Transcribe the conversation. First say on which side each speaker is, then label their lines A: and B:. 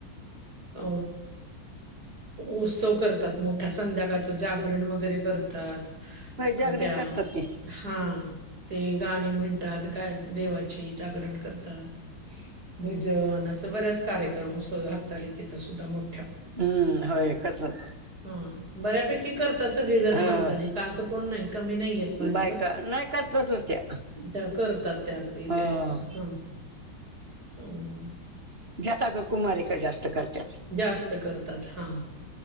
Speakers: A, on the right; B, on the right.
A: अ उत्सव करतात मोठ्या संध्याकाळचं जागरण वगैरे करतात तात
B: होय जागरण
A: त्या
B: करतात की
A: हा ते गाणी म्हणतात काय देवाची जागरण करतात भजन असं बराच कार्यक्रम असतो हरतालिकेचा सुद्धा मग
B: हम्म होय कसल
A: हं बऱ्यापैकी करतात सगळी जण
B: ह
A: हरतालीका असं कोण नाही कमी नाहीयेत माणसं
B: बायका नाही करतातच त्या
A: ज्या करतात त्या अगदी
B: अं,
A: ते हम्म हम्म
B: जास्त आग कुमारीका जास्त करत्यात
A: जास्त करतात हा